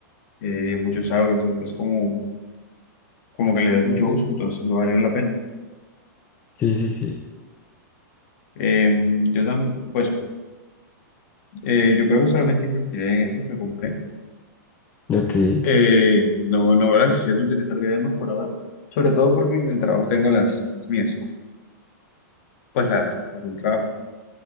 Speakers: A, on the left; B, on the left.
A: eh, muchos audios, estás como, como que le das mucho uso, entonces va a valer la pena.
B: Sí, sí, sí.
A: Em, yo también, pues eh, yo creo que solamente invertiré en esto que compré.
B: Lo que,
A: Eh, no, no, ¿verdad? Siento utilizar diademas por ahora. Sobre todo porque en el trabajo tengo las, las mías, pues las, las del trabajo.